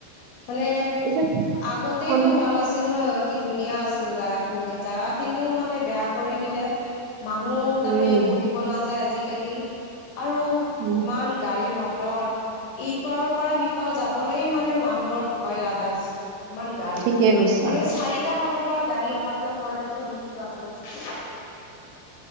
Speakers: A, on the left (about 80°); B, on the right (about 85°).
A: মানে
B: পিছে
A: আগতেইতো
B: খন
A: ভাল আছি। আছিল নহ কি ধুনীয়া আছিল জাগাখিনি জাগাখিনিও মানে বেয়া কৰি দিলে। মানুহ তাতে
B: উম
A: বহিব নাযায় আজিকালি আৰু
B: উম
A: ইমান গাড়ী মট টৰ ইপাৰৰ পৰা সিপাৰ যাবলৈ মানে মা মোৰ ভয় লগা হৈছে ইমান গাড়ী,
B: ঠিকে কৈছা
A: মানে চাৰি চাৰিটা ফালৰ পৰা গাড়ী অহা যোৱা কৰেতো সেইটো কাৰনে ছাগে।